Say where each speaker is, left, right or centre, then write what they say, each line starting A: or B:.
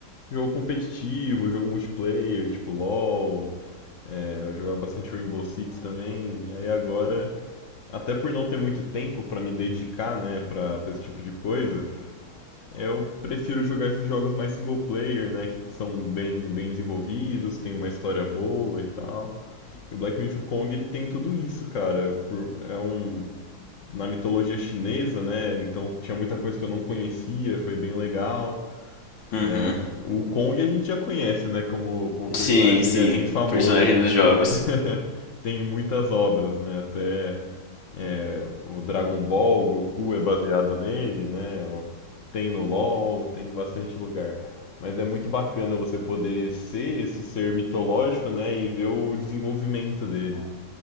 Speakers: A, on the left; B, on the left.
A: jogo competitivo, jogo multiplayer, tipo LoL, é, eu jogava bastante Rainbow Six também, aí agora, até por não ter muito tempo pra me dedicar, né, pra, pra esse tipo de coisa, eu prefiro jogar esses jogos mais single player, né, que são bem, bem desenvolvidos, tem uma história boa e tal. E o Black Myth Kong, ele tem tudo isso, cara. Por- é um na mitologia chinesa, né? Então tinha muita coisa que eu não conhecia, foi bem legal.
B: Uhum.
A: É, o Kong a gente já conhece, né? Como, como personagem,
B: Sim, sim.
A: ele é bem famoso.
B: Personagem dos jogos.
A: <laughs> Tem muitas obras, né? Até é, o Dragon Ball, o Goku é baseado nele, né? O- Tem no LoL, tem em bastante lugar. Mas é muito bacana você poder ser esse ser mitológico, né? E ver o desenvolvimento dele.